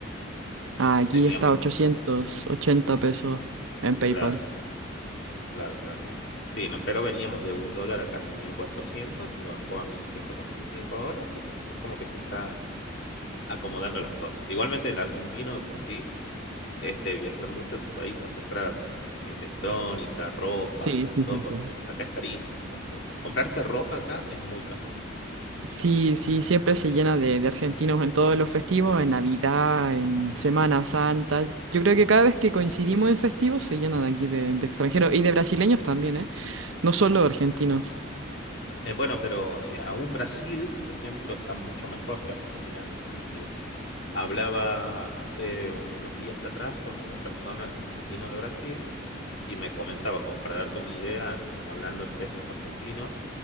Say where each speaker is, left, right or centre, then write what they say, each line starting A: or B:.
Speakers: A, on the left; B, on the right.
A: Eh,
B: Ah, aquí
A: teníamos,
B: está 880 pesos en PayPal.
A: claro. Claro, claro. Sí, no, pero veníamos de un dólar a casi 1.400 y bajó a 1.145 ahora, así que es como que se está acomodando las cosas. Igualmente el argentino de por sí es de viajar mucho a tu país a comprar eh, electrónica, ropa,
B: Sí,
A: de
B: sí,
A: todo,
B: sí,
A: porque
B: sí.
A: acá es carísimo, acá es muy caro. Comprarse ropa acá es muy caro,
B: Sí,
A: por ejemplo.
B: sí, siempre se llena de, de argentinos en todos los festivos, en Navidad, en Semana Santa. Yo creo que cada vez que coincidimos en festivos se llena de aquí de, de extranjeros y de brasileños también, ¿eh? No solo argentinos.
A: Eh, bueno, pero eh, aún Brasil, por ejemplo, está mucho mejor que Argentina en ese sentido. Hablaba hace unos días atrás con una persona que vino de Brasil y me comentaba, como para darte una idea, hablando en pesos argentinos,